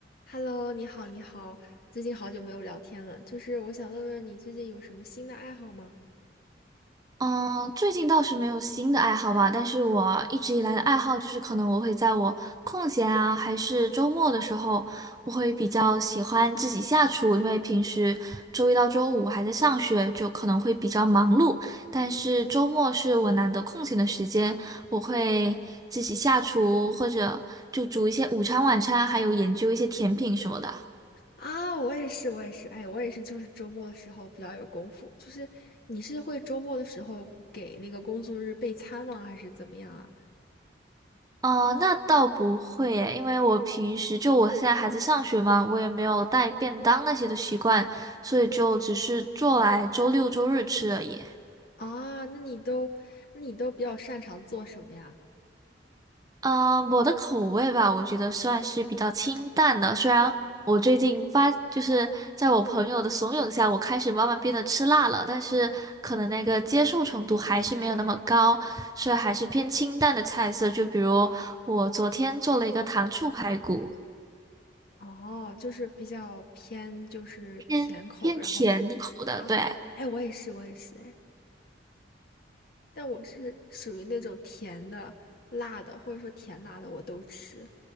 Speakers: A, on the left; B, on the right.
A: Hello，你好，你好，最近好久没有聊天了，就是我想问问你最近有什么新的爱好吗？
B: 嗯，最近倒是没有新的爱好吧，但是我一直以来的爱好就是，可能我会在我空闲啊，还是周末的时候，我会比较喜欢自己下厨，因为平时周一到周五还在上学，就可能会比较忙碌，但是周末是我难得空闲的时间，我会自己下厨，或者就煮一些午餐、晚餐，还有研究一些甜品什么的。
A: 啊，我也是，我也是，哎，我也是，就是周末的时候比较有功夫。就是你是会周末的时候给那个工作日备餐吗？还是怎么样啊？
B: 哦，那倒不会耶，因为我平时就我现在还在上学嘛，我也没有带便当那些的习惯，所以就只是做来周六周日吃而已。
A: 啊，那你都，那你都比较擅长做什么呀？
B: 啊，我的口味吧，我觉得算是比较清淡的，虽然我最近发就是在我朋友的怂恿下，我开始慢慢变得吃辣了，但是可能那个接受程度还是没有那么高，所以还是偏清淡的菜色，就比如我昨天做了一个糖醋排骨。
A: 哦，就是比较偏就是甜口，
B: 偏偏甜口的，
A: 然后啊，
B: 对
A: 哎，我也是，我也是，哎。但我是属于那种甜的、辣的，或者说甜辣的我都吃，